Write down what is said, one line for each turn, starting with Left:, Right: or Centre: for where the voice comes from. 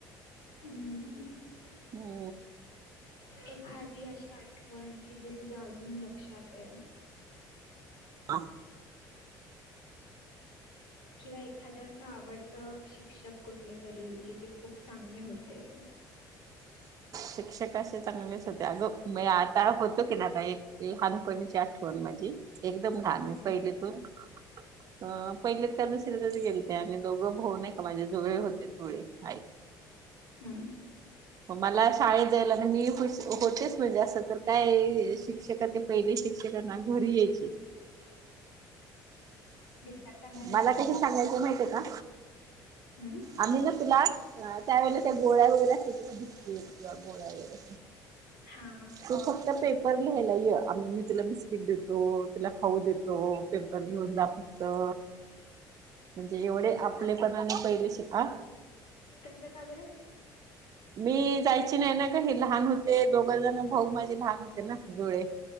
Left: हू
Right: हो
Left: एखादी अशी आठवण की जी तुझ्या अजून लक्षात हाय
Right: आ
Left: किव्वा एखाद असं आवडत शिक्षक कुठले तरी की जे खूप चांगले होते
Right: शिक्षक अशे चांगलेच होते अगं मी आता होतो की ना एक एक लहानपणीची आठवण माझी एकदम लहान
Left: हं.
Right: मी पहिलेतून अ पहिलीत का दुसरीतच गेलते आणि दोघं भाऊ नाही का माझे जुळे होते जुळे आहेत
Left: हू
Right: मग मला शाळेत जायला ना मी खुश होतेच म्हणजे असं तर काय शिक्षका ते पहिले शिक्षका ना घरी यायचे
Left: विद्याथ्यांना न्यायला
Right: मला कसे सांगायचे माहितये का
Left: हू
Right: आम्ही ना तुला त्यावेेळे त्या गोळ्या वगैरे असायच्या बिस्कीट किंवा गोळ्या वगैरे
Left: हा.
Right: तू फक्त पेपर लिहायला ये, आम्ही तुला बिस्किट देतो, तुला खाऊ देतो पेपर तुला लिहून दाखवतो, म्हणजे एवढे
Left: तसं
Right: आपले
Left: का
Right: पण पहिले से आ
Left: तसं का बर?
Right: मी जायची नाही ना काही लहान होते दोघ जण, भाऊ माझे लहान होते ना जुळे.